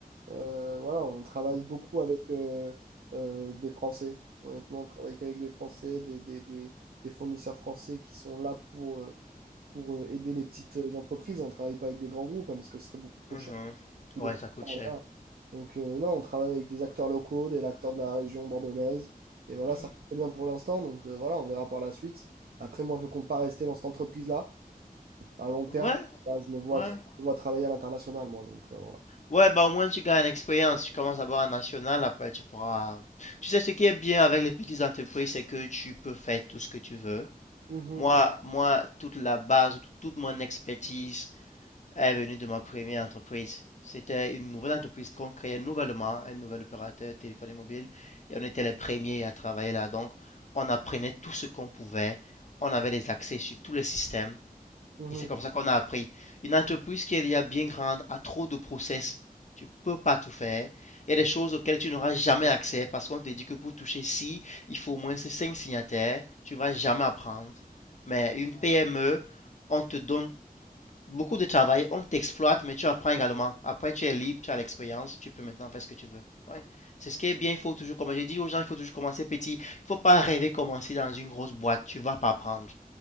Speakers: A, on the right; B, on the left.
A: euh, voilà, on travaille beaucoup avec euh, euh, des Français. Honnêtement, on travaille qu'avec des Français, des, des, des, des fournisseurs français qui sont là pour, euh, pour euh, aider les petites euh, entreprises. On ne travaille pas avec des grands groupes hein, parce que ce serait beaucoup trop
B: Mhm.
A: cher. Tu
B: Ouais,
A: les comprends,
B: ça coûte cher.
A: voilà. Donc, euh, non, on travaille avec des acteurs locaux, des acteurs de la région bordelaise. Et voilà,
B: Mhm.
A: ça passe très bien pour l'instant. Donc, euh, voilà, on verra par la suite. Après, moi, je ne compte pas rester dans cette entreprise-là. À long terme,
B: Ouais,
A: là, je me vois,
B: ouais.
A: tra- je me vois travailler à l'international, moi. Donc, euh, voilà.
B: Ouais, bah au moins tu gagnes l'expérience. Tu commences d'abord en national, après tu pourras. Tu sais, ce qui est bien avec les petites entreprises, c'est que tu peux faire tout ce que tu veux.
A: Mhm,
B: Moi, moi, toute la base, tout- toute mon expertise, est venue de ma première entreprise. C'était une nouvelle entreprise qu'on créait nouvellement, un nouvel opérateur téléphonie mobile, et on était les premiers à travailler là. Donc, on apprenait tout ce qu'on pouvait, on avait des accès sur tous les systèmes,
A: mhm,
B: et c'est comme ça qu'on a appris. Une entreprise qui est déjà bien grande a trop de process. Tu ne peux pas tout faire. Il y a des choses auxquelles tu n'auras jamais accès parce qu'on te dit que pour toucher ci, il faut au moins ces cinq signataires. Tu ne vas jamais apprendre. Mais une PME, on te donne beaucoup de travail, on t'exploite, mais tu apprends également. Après, tu es libre, tu as l'expérience, tu peux maintenant faire ce que tu veux. Ouais. C'est ce qui est bien, il faut toujours, comme j'ai dit aux gens, il faut toujours commencer petit. Il ne faut pas rêver commencer dans une grosse boîte, tu ne vas pas apprendre.